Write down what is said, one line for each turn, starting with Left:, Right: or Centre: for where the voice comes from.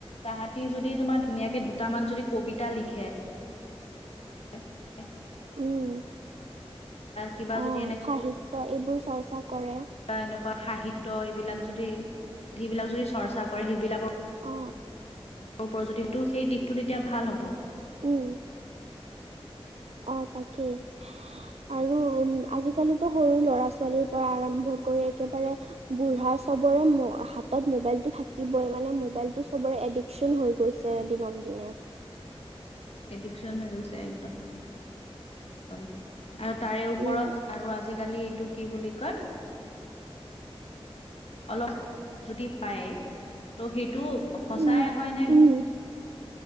Left: তাহাঁতি যদি তোমাৰ ধুনীয়াকে দুটামান যদি কবিতা লিখে। উ-উ।
Right: উম।
Left: কিবা
Right: অ'
Left: যদি
Right: সাহিত্য এইবোৰ চৰ্চা কৰে।
Left: বা এনেকুৱা সাহিত্য এইবিলাক যদি সেইবিলাক যদি চৰ্চা কৰে সেইবিলাকৰ
Right: অ
Left: ও যদি দিশটো সেই দিশটো তেতিয়া ভাল হ'ব
Right: উম অ তাকেই আৰু উ আজিকালিতো সৰু ল'ৰা ছোৱালীৰ পৰা আৰম্ভ একেবাৰে বুঢ়া চবৰে হাতত মোবাইলটো থাকিবই মানে মোবাইলটো চবৰে এডিকশ্যন হৈ গৈছে দিনক দিনে।
Left: এডিকশচন হৈ গৈছে একদম। আৰু তাৰে ওপৰত
Right: উম
Left: আৰু আজিকালি এইটো কি বুলি কয় অলপ যদি পায় ত' সেইটো সচাই
Right: উম
Left: হয় নে
Right: <unintelligible>